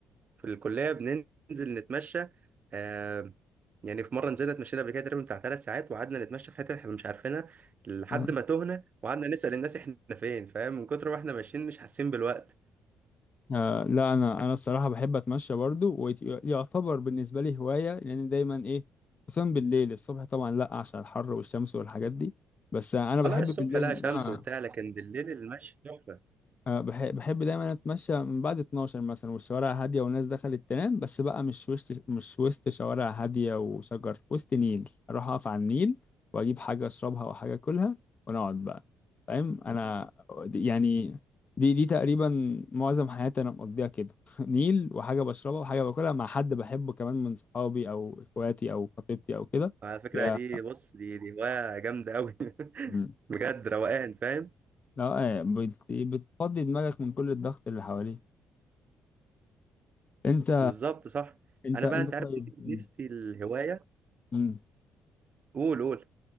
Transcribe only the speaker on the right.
في الكليه بننزل نتمشى آه، يعني في مره نزلنا اتمشينا قبل كده تقريبا بتاع ثلاث ساعات وقعدنا نتمشى في حته احنا مش عارفينها لحد
ما تهنا وقعدنا نسال الناس احنا فين فاهم من كتر ما احنا ماشيين مش حاسين بالوقت
الله الصبح
لا شمس
وبتاع لكن بالليل المشي تحفه
على فكرة
دي بص دي دي هواية جامدة أوي <laughs>
بجد روقان فاهم
بالظبط صح
أنا
بقى أنت عارف
نفسي الهواية
قول قول